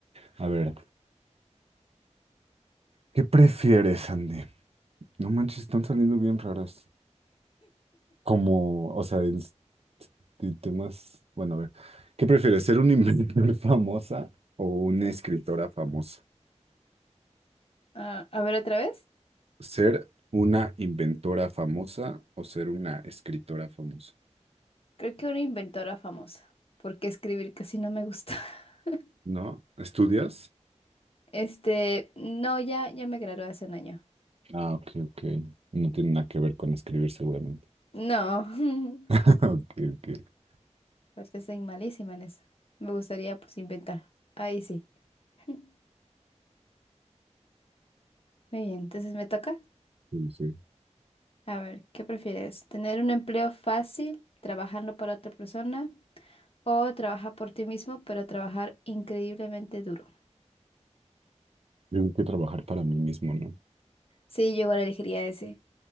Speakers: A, on the right; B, on the left.
A: A ver, ¿qué prefieres, Andy? No manches, están saliendo bien raras. Como, o sea, en s- en temas... Bueno, a ver, ¿qué prefieres, ser una inventora <laughs> famosa o una escritora famosa?
B: Ah, a ver, otra vez.
A: ¿Ser una inventora famosa o ser una escritora famosa?
B: Creo que una inventora famosa, porque escribir casi no me gusta. <laughs>
A: ¿No? ¿Estudias?
B: Este, no, ya, ya me gradué hace un año.
A: Ah, ok, ok. No tiene nada que ver con escribir seguramente.
B: No,
A: <laughs>
B: <laughs>
A: Ok, ok.
B: aparte soy malísima en eso. Me gustaría, pues, inventar. Ahí sí. <laughs> Muy bien, entonces me toca.
A: Sí, sí.
B: A ver, ¿qué prefieres? ¿Tener un empleo fácil trabajando para otra persona o trabajar por ti mismo pero trabajar increíblemente duro?
A: Yo tengo que trabajar para mí mismo, ¿no?
B: Sí, yo igual elegiría ese.